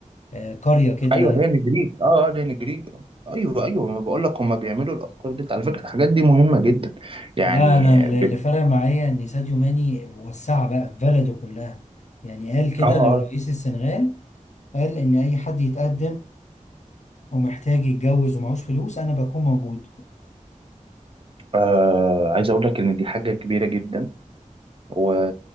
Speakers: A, on the left (about 60°); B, on the right (about 40°).
A: آه، قرية كده
B: ايوه ده جريج اه اه ده جريج ايوه ايوه ما بقول لك هم بيعملوا الافكار دي على فكره الحاجات دي مهمه جدا يعني
A: لا أنا
B: بت...
A: اللي فرق معايا إن ساديو ماني وسعها بقى في بلده كلها يعني قال كده
B: آه, آه,
A: لرئيس السنغال قال إن أي حد يتقدم ومحتاج يتجوز ومعهوش فلوس أنا بكون موجود
B: اه عايز اقول لك ان دي حاجه كبيره جدا و...